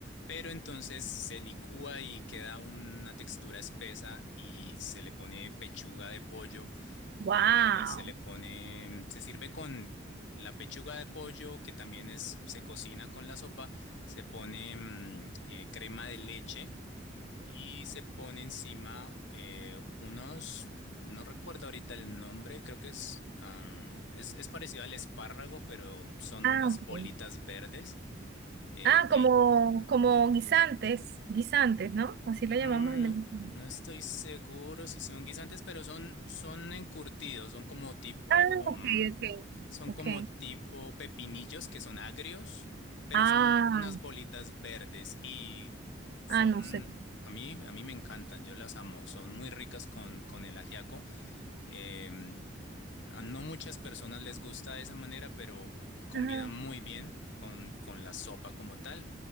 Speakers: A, on the left; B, on the right.
A: pero entonces se licúa y queda una textura espesa y se le pone pechuga de pollo,
B: Wow.
A: eh, se le pone, se sirve con la pechuga de pollo que también es, se cocina con la sopa, se pone mm, eh, crema de leche y se pone encima eh, unos, no recuerdo ahorita el nombre, creo que es, ah, es, es parecido al espárrago, pero son
B: Ah,
A: unas
B: ok.
A: bolitas verdes eh,
B: Ah,
A: que
B: como, como guisantes, guisantes, ¿no? Así lo
A: Ah,
B: llamamos en Venezuela.
A: no estoy seguro si son guisantes, pero son, son encurtidos, son como tipo,
B: Ah, ok,
A: mm,
B: ok,
A: son
B: ok.
A: como tipo pepinillos que son agrios, pero
B: Ah,
A: son unas bolitas verdes y son,
B: ah, no sé.
A: a mí, a mí me encantan, yo las amo, son muy ricas con, con el ajiaco. Em, a no muchas personas les gusta de esa manera, pero combina
B: Ajá.
A: muy bien con, con la sopa como tal.